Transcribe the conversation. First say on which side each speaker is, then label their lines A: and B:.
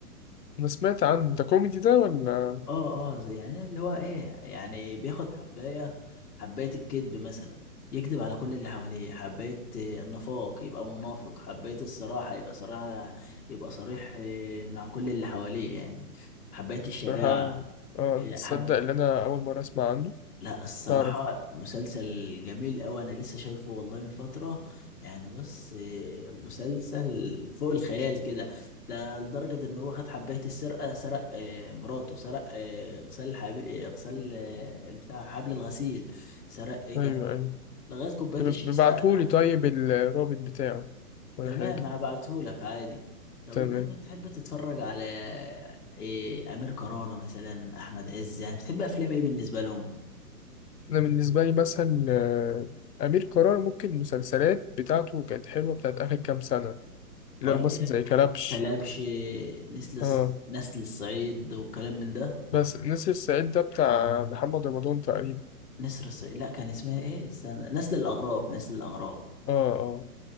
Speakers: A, on the left; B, on the left.
A: أنا سمعت عن ده كوميدي ده ولا
B: اه اه زي- يعني اللي هو ايه يعني بياخد حبايه حبايه الكذب مثلا يكذب على كل اللي حواليه حبايه آه، النفاق يبقى منافق حبايه الصراحه يبقى صريح يبقى صريح آه، مع كل اللي حواليه يعني حبايه الشجاعه
A: بصراحة اه تصدق
B: حبيت
A: اللي أنا أول مرة أسمع عنه
B: لا الصراحة
A: مش عارف
B: مسلسل جميل أوي أنا لسه شايفه والله من فترة يعني بص إيه، مسلسل فوق الخيال كده ده لدرجة إن هو خد حباية السرقة سرق إيه، مراته سرق إيه، غسال الحبي... إيه، غسال إيه، بتاع حبل الغسيل سرق إيه
A: أيوه
B: كان
A: أيوه
B: لغاية كوباية
A: طب
B: الشاي
A: ابعتهولي
B: سرقها
A: طيب الرابط بتاعه ولا
B: تمام
A: حاجة
B: هبعتهولك عادي طب
A: تمام
B: أنت بتحب تتفرج على إيه أمير كرارة مثلا أحمد عز يعني بتحب أفلام إيه بالنسبة لهم؟
A: أنا بالنسبة لي مثلا آه، أمير كرارة ممكن المسلسلات بتاعته كانت حلوة بتاعت آخر كام سنة لو
B: قال
A: مثلا
B: لي
A: زي كلبش
B: ك- كلبش نسل
A: اه
B: الص- نسل الصعيد وكلام من ده
A: بس نسر الصعيد ده بتاع محمد رمضان تقريبا
B: نسر الصعيد لا كان اسمها ايه استنى نسل الاغراب نسل الاغراب
A: اه اه